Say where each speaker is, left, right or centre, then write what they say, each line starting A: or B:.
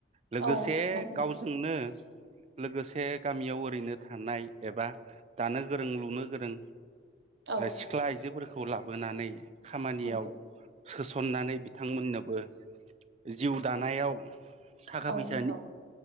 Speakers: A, on the right; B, on the right.
A: लोगोसे
B: औ नोंथां
A: गावजोंनो लोगोसे गामियाव ओरैनो थानाय एबा दानो गोरों लुनो गोरों
B: औ
A: ओ सिख्ला आइजोफोरखौ लाबोनानै खामानियाव
B: नंगौ
A: सोसननानै बिथांमोननोबो जिउ दानायाव थाखा
B: औ
A: फैसानि
B: नंगौ